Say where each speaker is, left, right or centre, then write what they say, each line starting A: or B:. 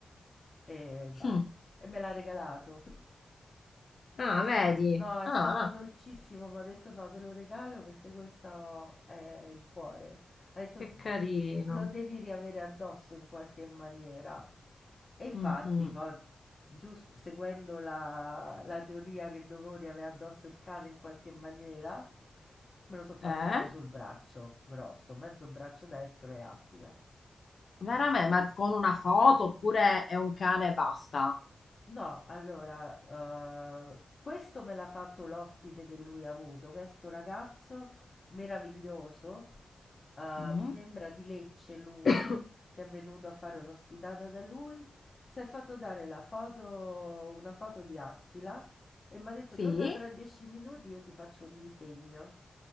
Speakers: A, on the left (about 35°); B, on the left (about 55°).
A: e basta.
B: Hm.
A: E me l'ha regalato.
B: Ah, vedi?
A: No, è
B: Ah,
A: stato dolcissimo, mi ha detto no, te lo regalo perché questo è il cuore. Ha detto
B: Che carino.
A: lo devi riavere addosso in qualche maniera. E infatti,
B: mm, mm.
A: poi, giusto seguendo la, la teoria che dovevo riavere addosso il cane in qualche maniera, me lo sono fatto
B: Eh?
A: pure sul braccio grosso, mezzo braccio destro e Attila.
B: Veramente? Ma con una foto oppure è un cane e basta?
A: No, allora, eh, questo me l'ha fatto l'ospite che lui ha avuto, che è sto ragazzo meraviglioso, eh,
B: Mm?
A: mi sembra di Lecce lui,
B: <coughs>
A: che è venuto a fare un'ospitata da lui, si è fatto dare la foto, una foto di Attila e mi ha detto
B: Sì?
A: torna tra dieci minuti, io ti faccio un disegno.